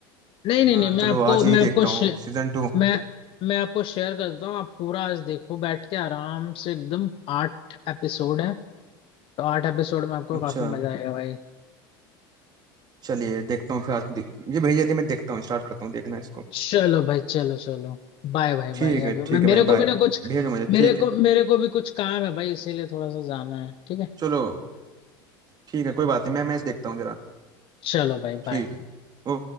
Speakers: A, on the left; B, on the right.
A: नहीं नहीं
B: हाँ
A: नहीं मैं
B: चलो
A: आपको
B: आज
A: मैं
B: यही देखता
A: आपको शे,
B: हूँ सीजन टू
A: मैं मैं आपको शेयर करता हूँ आप पूरा आज देखो बैठ के आराम से एकदम आठ एपिसोड है तो आठ एपिसोड में आपको
B: अच्छा
A: काफी मजा आएगा भाई
B: चलिए देखता हूँ फिर आज दे- ये भेज दिया मैं देखता हूँ स्टार्ट करता हूँ देखना इसको
A: चलो भाई चलो चलो बाय भाई
B: ठीक
A: बाय अभी
B: है ठीक
A: मैं मेरे
B: है भाई
A: को
B: बाय
A: भी ना कुछ
B: भेजो मुझे
A: मेरे
B: ठीक है
A: को मेरे को भी कुछ काम है भाई इसीलिए थोड़ा सा जाना है ठीक है
B: चलो ठीक है कोई बात नहीं मैं मैच देखता हूँ जरा
A: चलो भाई
B: ठीक
A: बाय
B: है